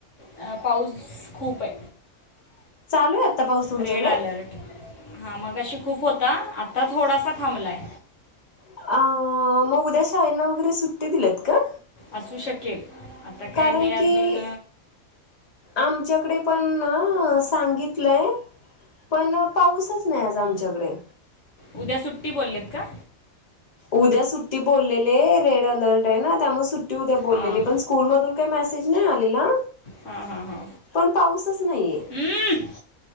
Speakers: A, on the left; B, on the left.
A: अ पाऊस खूपे.
B: चालू आहे आता पाऊस तुमच्याकडे
A: रेड अलर्ट. हा, मगाशी खूप होता. आता थोडासा थांबलाय.
B: अ, म उद्या शाळेंना वगैरे सुट्टी दिल्यात का?
A: असू शकेल. आता काय
B: कारण
A: हे अजून
B: की आमच्याकडे पणा सांगितलंय. पण, पाऊसच नाही. आज आमच्याकडे.
A: उद्या सुट्टी बोलेत का?
B: उद्या सुट्टी बोललेले. रेड अलर्टे ना, त्यामुळे सुट्टी उद्या
A: हां
B: बोललेले. पण स्कूल मधून काही मेसेज नाही आलेला.
A: हा, हा, हा.
B: पण पाऊसच नाहीये
A: अम्.